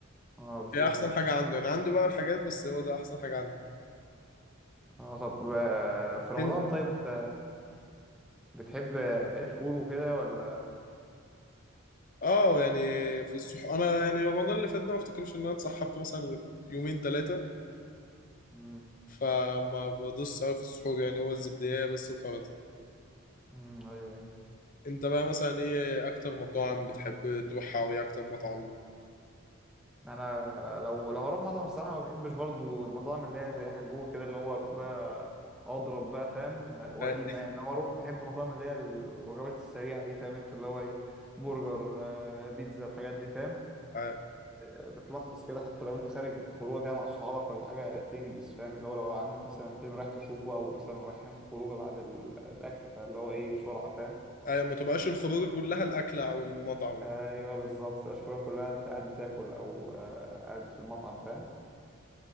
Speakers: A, in the centre; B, on the left (about 40°).
A: اه بالظبط
B: هي أحسن حاجة عنده يعني عنده بقى الحاجات بس هو ده أحسن حاجة عنده
A: اه طب آه، في رمضان
B: أنت
A: طيب انت بتحب الفول وكده ولا
B: اه يعني في الصح انا يعني رمضان اللي فات ده ما افتكرش ان انا اتسحبت مثلا غير يومين ثلاثه
A: مم.
B: فما بدوس قوي في السحور يعني هو الزبديه بس وخلاص
A: مم. ايوه أيوة.
B: انت بقى مثلا ايه اكتر مطاعم بتحب تروحها وايه اكتر مطعم
A: انا لو لو اروح مطعم الصراحه ما بحبش برضو المطاعم اللي هي زي حجوه كده اللي هو اروح بقى اضرب بقى فاهم وليمه
B: اه
A: يعني لو اروح بحب المطاعم اللي هي الوجبات السريعه دي فاهم انت اللي هو ايه برجر آه، بيتزا الحاجات دي فاهم
B: اه
A: آه، بتلخص كده حتى لو انت خارج خروجه كده مع صحابك ولا حاجه تنجز فاهم اللي هو لو عندك مثلا فيلم رايح تشوفه او مثلا رايحين خروجه بعد ال- الاكل فاللي هو ايه بسرعه فاهم
B: اه ما تبقاش الخروج كلها الاكل او المطعم
A: ايوه بالظبط مبتبقاش خروجه كلها انت قاعد بتاكل او آه، قاعد في المطعم فاهم